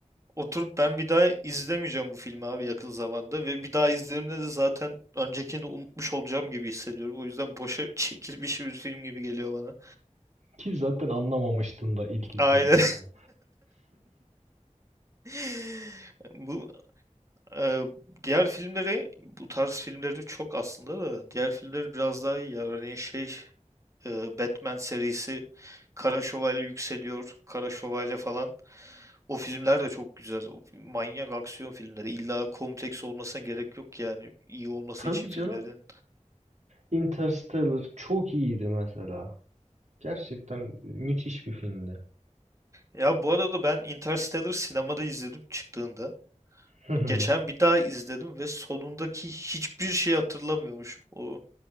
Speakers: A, on the right (about 25°); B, on the right (about 65°).
A: oturup ben bir daha izlemeyeceğim bu filmi abi yakın zamanda ve bir daha izlediğimde de zaten öncekini de unutmuş olacağım gibi hissediyorum. O yüzden boşa <laughs> çekilmiş bir film gibi geliyor bana.
B: Ki zaten anlamamıştın da ilk izlediğinde.
A: Aynen. <laughs> Bu eee, diğer filmleri bu tarz filmleri çok aslında da diğer filmleri biraz daha iyi ya. Örneğin şey e, Batman serisi Kara Şövalye yükseliyor. Kara Şövalye falan. O filmler de çok güzel. O Manyak aksiyon filmleri. İlla kompleks olmasına gerek yok yani iyi olması
B: <laughs> Tabii
A: için filmlerin.
B: canım. Interstellar çok iyiydi mesela. Gerçekten müthiş bir filmdi.
A: Ya bu arada ben Interstellar sinemada izledim çıktığında.
B: <laughs> Hı hı.
A: Geçen bir daha izledim ve sonundaki hiçbir şey hatırlamıyormuşum. O